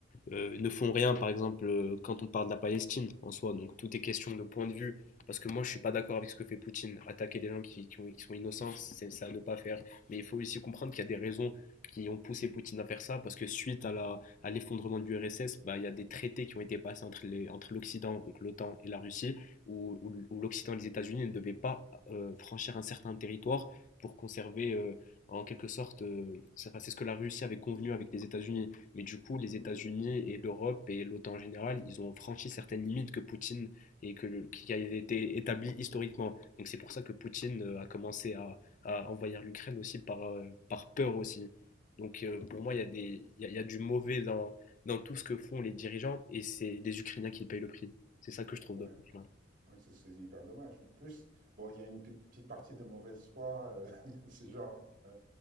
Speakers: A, on the left (about 40°); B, on the right (about 45°).
A: euh, ne font rien, par exemple, euh, quand on parle de la Palestine en soi. Donc tout est question de point de vue. Parce que moi, je ne suis pas d'accord avec ce que fait Poutine. Attaquer des gens qui, qui ont- qui sont innocents, c'est c'est à ne pas faire. Mais il faut aussi comprendre qu'il y a des raisons qui ont poussé Poutine à faire ça. Parce que suite à la, à l'effondrement du RSS, bah, il y a des traités qui ont été passés entre les, entre l'Occident, donc l'OTAN et la Russie, où, où- où l'Occident et les États-Unis ne devaient pas euh, franchir un certain territoire pour conserver, euh, en quelque sorte, euh, c'est enfin, c'est ce que la Russie avait convenu avec les États-Unis. Mais du coup, les États-Unis et l'Europe et l'OTAN en général, ils ont franchi certaines limites que Poutine et que le- qui a été établi historiquement. Donc c'est pour ça que Poutine euh, a commencé à, à envahir l'Ukraine aussi par, euh, par peur aussi. Donc euh, pour moi, il y a des, il y a, il y a du mauvais dans, dans tout ce que font les dirigeants et c'est les Ukrainiens qui payent le prix. C'est ça que je trouve
B: Ouais,
A: dommage. ouais.
B: Ouais, c'est hyper dommage. En plus, bon, il y a une petite partie de mauvaise foi. euh, <laughs> c'est genre euh,